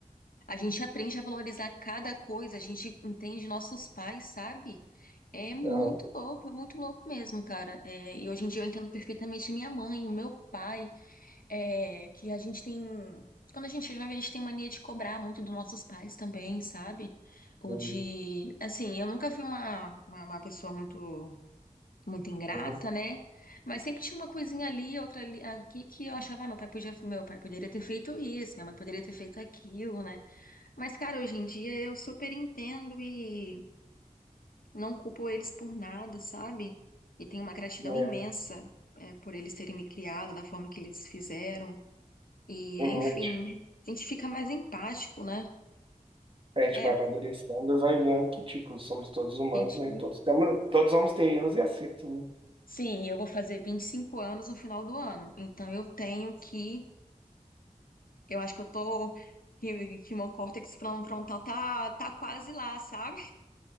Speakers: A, on the left (about 85°); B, on the right (about 40°).
A: A gente aprende a valorizar cada coisa, a gente entende nossos pais, sabe? É muito
B: Aham,
A: louco, é muito louco mesmo, cara. É, e hoje em dia eu entendo perfeitamente minha mãe, o meu pai. É, que a gente tem. Quando a gente é jovem, a gente tem mania de cobrar muito dos nossos pais também, sabe? Ou
B: uhum,
A: de. Assim, eu nunca fui uma, uma, uma pessoa muito, muito ingrata,
B: uhum,
A: né? Mas sempre tinha uma coisinha ali, outra ali, aqui, que eu achava, ah, meu pai podia, meu pai poderia ter feito isso, minha mãe poderia ter feito aquilo, né? Mas, cara, hoje em dia eu super entendo e não culpo eles por nada, sabe? E tenho uma gratidão
B: uhum,
A: imensa, é, por eles terem me criado da forma que eles fizeram. E,
B: é, uhum,
A: enfim,
B: a gente
A: a gente fica mais empático, né?
B: a gente
A: É,
B: vai
A: a
B: amadurecendo e vai vendo que, tipo, somos todos humanos,
A: gente.
B: né? Todos temos, todos vamos ter erros e acertos, né?
A: Sim, eu vou fazer 25 anos no final do ano. Então eu tenho que. Eu acho que eu tô. Que, que meu córtex fron- frontal tá, tá quase lá, sabe?